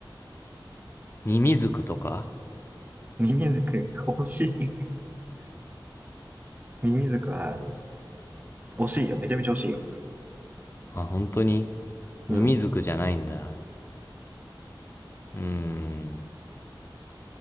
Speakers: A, on the left; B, on the right.
A: ミミズクとか
B: ミミズク、惜しい。ミミズクは、惜しいよ。めちゃめちゃ惜しいよ。
A: あ、本当に
B: うん。
A: ミミズクじゃないんだ。うーん、